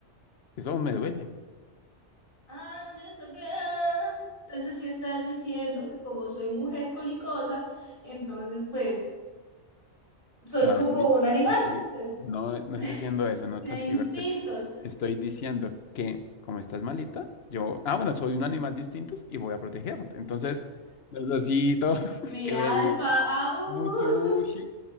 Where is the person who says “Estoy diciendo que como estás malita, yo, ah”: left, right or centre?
Left